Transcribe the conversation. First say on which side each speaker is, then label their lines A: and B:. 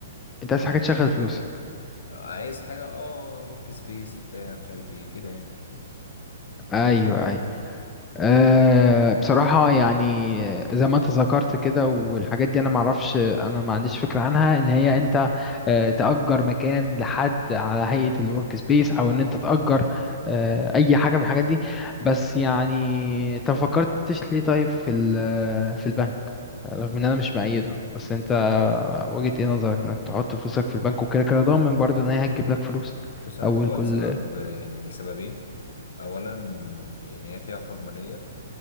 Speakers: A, on the left; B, on the left.
A: انت عايز
B: ان
A: حاجة تشغل فلوسك
B: عايز حاجه اه ورك سبيس بتاع مش عارف ايه كده يعني
A: ايوه ايوه أه بصراحة يعني زي ما انت ذكرت كده والحاجات دي انا معرفش انا ما عنديش فكرة عنها ان هي انت أه تأجر مكان لحد على هيئة الورك سبيس او ان انت تأجر أه اي حاجة من الحاجات دي بس يعني انت ما فكرتش ليه طيب في ال- في البنك رغم ان انا مش مأيده بس انت وجهة ايه نظرك انك تحط فلوسك في البنك وكده كده ضامن برضو ان هي هتجيب لك فلوس
B: بصراحه
A: اول
B: هو
A: كل
B: السبب يعني لسببين اولا يعني هي فيها حرمانيه